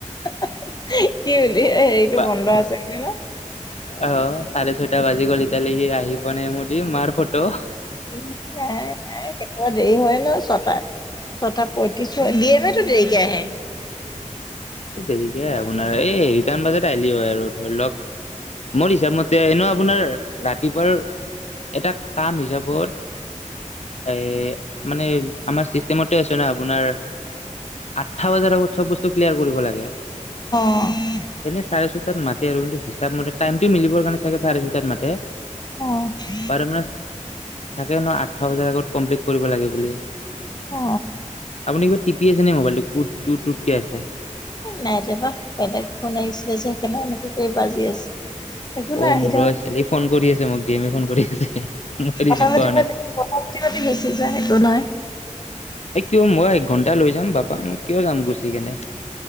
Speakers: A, on the left; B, on the left.
A: কি হলি হেৰিতটো
B: বা
A: বন্ধ আছে বুলি ন
B: অ', চাৰেছয়টা বাজি গল এতিয়ালৈকে সি আহি পোৱা নাই দি মাৰ ফটো
A: কেতিয়া দেৰি হয় ন ছটা ছটা পয়ত্ৰিশ এ হল এটিএমটো দেৰিকে আহে
B: এই দেৰিকে আপোনাৰ এই ৰিটাৰ্ণ বাজাত আহিলি হয় আৰু ধৰি লওক মোৰ হিচাপমতে এনে আপোনাৰ ৰাতিপুৱাৰ এটা কাম হিচাপত এ মানে আমাৰ সময়মতে আছে না আপোনাৰ আতটা বজাৰ আগত চব বস্তু ক্লিয়াৰ কৰিব লাগে
A: অ',
B: এনে চাৰে ছয়টাত মাতে আৰু কিন্তু হিচাপ মতে টাইমটো মিলিবৰ কাৰণে চাগে চাৰে ছয়টাত মাতে
A: অ
B: পাৰ মান থাকে ন আতটা বজাৰ আগত কমপ্লিট কৰিব লাগে বুলি
A: অ
B: আপুনি কি টি পি আছেনে মোবাইলটো কুড টুট টুট কে আছে
A: নাই যাবা বেলেগ ফোন আহিছে যে সেইকাৰণে এনেকে কৰি বাজি আছে একো
B: অ'
A: নাই আহি
B: মোৰো
A: থাকক
B: আছিলে এই ফোন কৰি আছে মোক ডি এমে ফোন কৰি আছে মই
A: প্ৰথমতে
B: ৰিচিভ কৰা নাই।
A: গেছি যায় সেইটো নাই
B: এই কিয় মই এক ঘণ্টা লৈ যাম বাপা, মই কিয় যাম গুচি কেনে।